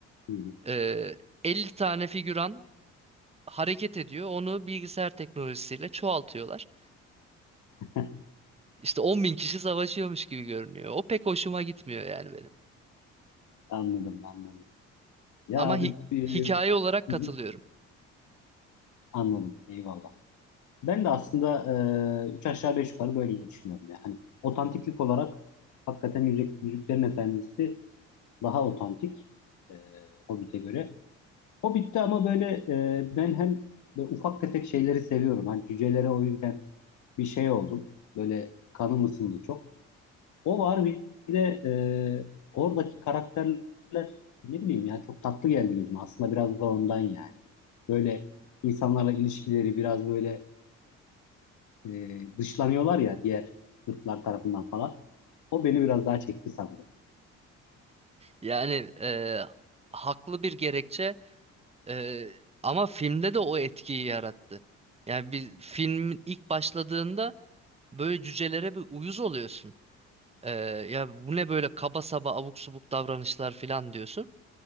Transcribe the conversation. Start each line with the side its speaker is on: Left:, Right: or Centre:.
Left: Hı hı.
Right: e, 50 tane figüran hareket ediyor onu bilgisayar teknolojisiyle çoğaltıyorlar.
Left: <laughs>
Right: İşte 10 bin kişi savaşıyormuş gibi görünüyor. O pek hoşuma gitmiyor yani benim.
Left: Anladım, anladım. Ya
Right: Ama
Left: abi
Right: hi-
Left: e,
Right: hikaye
Left: hı
Right: olarak katılıyorum.
Left: hı, anladım. Eyvallah. Ben de aslında e, üç aşağı beş yukarı böyle düşünüyorum ya. Hani otantiklik olarak hakikaten Yüzük, Yüzüklerin Efendisi daha otantik e, Hobbit'e göre. O bitti ama böyle e, ben hem böyle ufak tefek şeyleri seviyorum. Hani cücelere o yüzden bir şey oldum. Böyle kanım ısındı çok. O var bir de e, oradaki karakterler ne bileyim ya çok tatlı geldi gözüme. Aslında biraz da ondan yani. Böyle insanlarla ilişkileri biraz böyle e, dışlanıyorlar ya diğer ırklar tarafından falan. O beni biraz daha çekti sanırım.
Right: Yani e, haklı bir gerekçe e, ama filmde de o etkiyi yarattı. Yani bir filmin ilk başladığında böyle cücelere bir uyuz oluyorsun. E, ya bu ne böyle kaba saba abuk subuk davranışlar falan diyorsun.